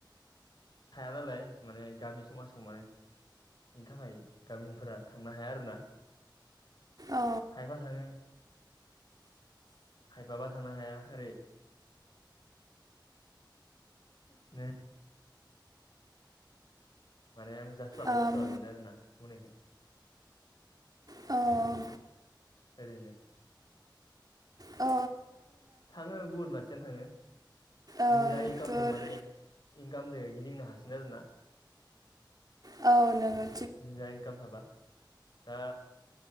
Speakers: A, on the left; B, on the right.
A: थाया नालाय माने गामि समाजाव माने बेनि थाखाय गामिनिफोरा थांनो हाया आरोना
B: औ
A: खायबा थाङो खायफाबा थांनो हाया ओरै <unintelligible> माने आं जास्लाबा
B: ओम
A: जास्लाबा मोनो आरोना बुंनायखौ
B: औ
A: ओरैनो
B: ओ
A: थाङो बुहुत मानसियानो थाङो
B: औ
A: निजा इनकाम
B: थ'
A: दं माने गाहामदो गिदिंनो हासिगोन आरो ना
B: औ नंगौ
A: जा इनकाम थाबा दा